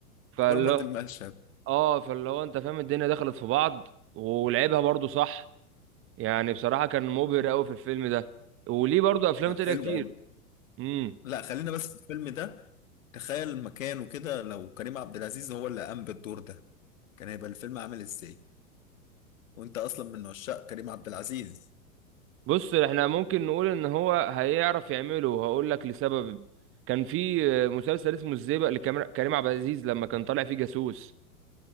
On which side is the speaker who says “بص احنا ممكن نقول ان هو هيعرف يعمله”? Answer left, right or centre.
Right